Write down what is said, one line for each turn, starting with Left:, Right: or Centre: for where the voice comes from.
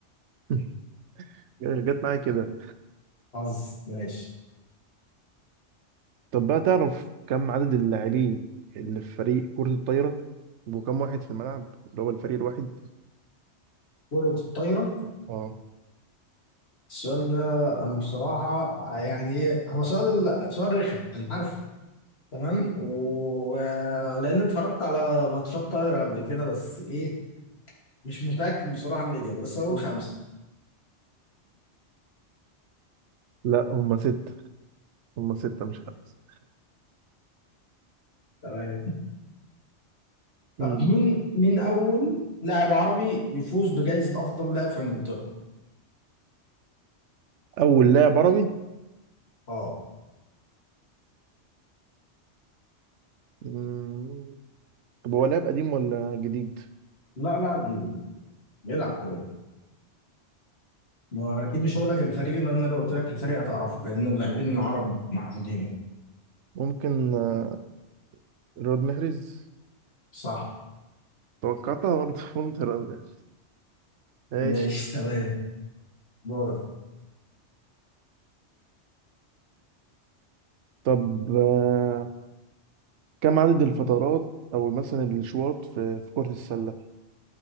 Right: <laughs> جت معايا كده
Left: حظ ماشي
Right: طب بقى تعرف كم عدد اللاعبين اللي في فريق كرة الطايرة وكم واحد في الملعب اللي هو الفريق الواحد
Left: كرة الطايرة
Right: اه
Left: السؤال ده أنا بصراحة يعني إيه هو سؤال سؤال رخم أنا عارف تمام و... لأن اتفرجت على ماتشات طايرة قبل كده بس إيه مش متأكد بصراحة من الإجابة بس هقول
Right: مم.
Left: خمسة
Right: لا هم ستة هم ستة مش خمسة
Left: تمام
Right: مم.
Left: طب مين مين أول لاعب عربي يفوز بجائزة أفضل لاعب في إنجلترا؟
Right: أول لاعب عربي
Left: اه
Right: مم. طب هو لاعب قديم ولا جديد؟
Left: لا لا جديد بيلعب حاليا ما هو أكيد مش هقول لك الفريق لأن لو قلت لك الفريق هتعرفه لأن اللاعبين العرب محدودين
Right: ممكن آه، رياض محرز
Left: صح
Right: توقعتها برضه قلت رياض محرز ماشي
Left: ماشي تمام دورك
Right: طب آه، كم عدد الفترات أو مثلا الأشواط في في كرة السلة؟